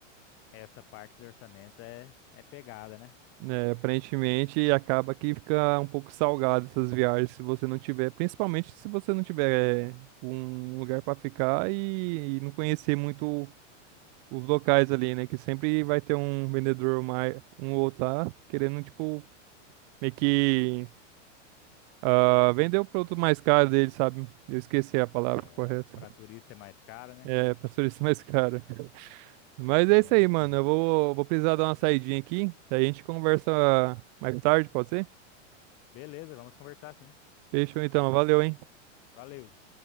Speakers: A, on the left; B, on the right.
A: Essa parte do orçamento é, é pegada, né?
B: né? aparentemente, acaba que fica um pouco salgado essas viagens se você não tiver, principalmente se você não tiver é, um lugar para ficar e, e não conhecer muito os locais ali, né? Que sempre vai ter um vendedor mais, um ou outro lá, querendo, tipo, meio que ah, vender o produto mais caro dele, sabe? Eu esqueci a palavra
A: É,
B: correta.
A: para turista é mais caro, né?
B: É, pastor, isso é mais caro. Mas
A: É
B: é
A: bem
B: isso aí,
A: assim.
B: mano. Eu vou, vou precisar dar uma saidinha aqui. Daí a gente conversa mais tarde, pode ser?
A: Beleza, vamos conversar sim.
B: Fechou então. Valeu, hein?
A: Valeu.